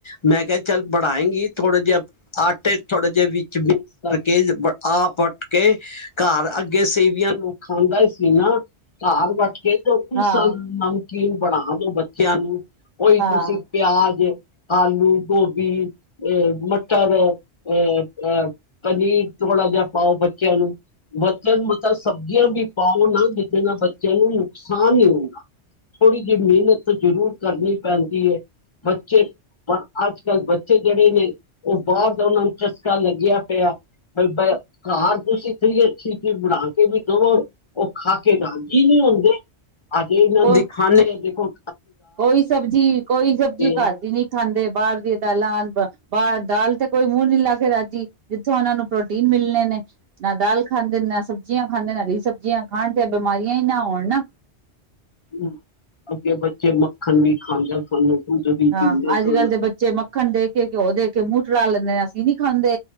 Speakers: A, on the left; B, on the right.
A: ਮੈਂ ਕਿਆ ਚੱਲ ਬਣਾਏਂਗੀ ਥੋੜੇ ਜੇਆ ਆਟੇ ਚ ਥੋੜੇ ਜੇ ਵਿੱਚ ਮਿਸ ਕਰਕੇ ਆਪ ਵੱਟ ਕੇ ਘਰ ਅੱਗੇ ਸੇਵੀਆਂ ਨੂੰ ਖਾਂਦਾ ਈ ਸੀ, ਘਾਰ ਵੱਟ ਕੇ। ਰੋਟੀ
B: ਹਾਂ
A: ਸਵਾਦ ਬਣਾਈ। ਕਿ ਇਨ ਬਨਾ ਦੇਵਾਂ। ਕਿਆ ਨੂੰ ਓਹੀ
B: ਹਾਂ
A: ਤੁਸੀਂ ਪਿਆਜ ਆਲੂ ਗੋਭੀ ਏ ਮਟਰ ਅਹ ਅਹ ਪਨੀਰ ਥੋੜ੍ਹਾ ਜਾ ਪਾਓ ਬੱਚਿਆਂ ਨੂੰ ਬੱਚਿਆਂ ਨੂੰ ਮਤਾ ਸਬਜ਼ੀਆਂ ਵੀ ਪਾਓ ਨਾ ਜਿਦੇ ਨਾਲ ਬੱਚਿਆਂ ਨੂੰ ਨੁਕਸਾਨ ਨੀ ਹੋਊਗਾ, ਥੋੜ੍ਹੀ ਜੀ ਮਿਹਨਤ ਤੇ ਜ਼ਰੂਰ ਕਰਨੀ ਪੈਂਦੀ ਏ, ਬੱਚੇ ਪਰ ਅੱਜ-ਕੱਲ ਬੱਚੇ ਜੇੜੇ ਨੇ ਔ ਬਾਰ ਦਾ ਔਨਾ ਨੂੰ ਚਸਕਾ ਲੱਗਆ ਪਯੈ, ਬ ਬ ਕਾਰ ਤੁਸੀਂ ਇਤਨੀ ਅੱਛੀ ਚੀਜ਼ ਬਣਾ ਕੇ ਵੀ ਦਵੋ ਔ ਖਾ ਕੇ ਰਾਜੀ ਈ ਨੀ ਹੁੰਦੇ। ਅਜ ਏਨਾਂ ਨੂੰ
B: ਉਹ
A: ਦਿਖਾਣੇ ਏਦੇ ਕੋਲ
B: ਕੋਈ ਸਬਜੀ ਕੋਈ ਸਬਜ਼ੀ
A: ਹਾਂ
B: ਘਰ ਦੀ ਨੀ ਖਾਂਦੇ। ਬਾਰ ਦੀਆਂ ਦਾਲਾਂ ਆਨ ਬ ਬਾਰ ਦਾਲ ਤੇ ਕੋਈ ਮੂੰਹ ਨੀ ਲਾ ਕੇ ਰਾਜੀ ਜਿੱਥੋਂ ਔਨਾਂ ਨੂੰ ਪ੍ਰੋਟੀਨ ਮਿਲਣੇ ਨੇ, ਨਾ ਦਾਲ ਖਾਂਦੇ ਨੇ ਨਾ ਸਬਜ਼ੀਆਂ ਖਾਂਦੇ ਨੇ, ਹਰੀ ਸਬਜ਼ੀਆਂ ਖਾਣ ਤੇ ਬਿਮਾਰੀਆਂ ਹੀ ਨਾ ਹੋਣ ਨਾ।
A: ਹੂੰ, ਅੱਗੇ ਬੱਚੇ ਮੱਖਣ ਵੀ ਖਾਂਦੇ ਸਨ। ਦੁੱਧ ਵੀ
B: ਹਾਂ,
A: ਪੀਂਦੇ
B: ਅੱਜ-ਕੱਲ
A: ਸਨ
B: ਦੇ ਬੱਚੇ ਮੱਖਣ ਦੇ ਕੇ ਘਿਓ ਦੇ ਕੇ ਮੂੰਹ ਚੜਾ ਲੈਂਦੇ ਆਂ, ਅਸੀਂ ਨੀ ਖਾਂਦੇ